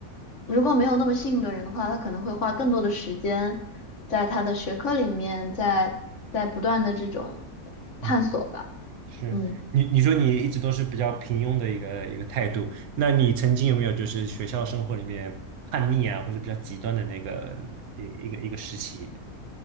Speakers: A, on the left; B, on the right.
A: 如果没有那么幸运的人的话，他可能会花更多的时间在他的学科里面，在在不断的这种
B: 嗯，
A: 探索吧。
B: 嗯，是你你说你一直都是比较平庸的一个一个态度，
A: 嗯。
B: 那你曾经有没有就是学校生活里面叛逆啊，或者比较极端的那个一一个一个时期，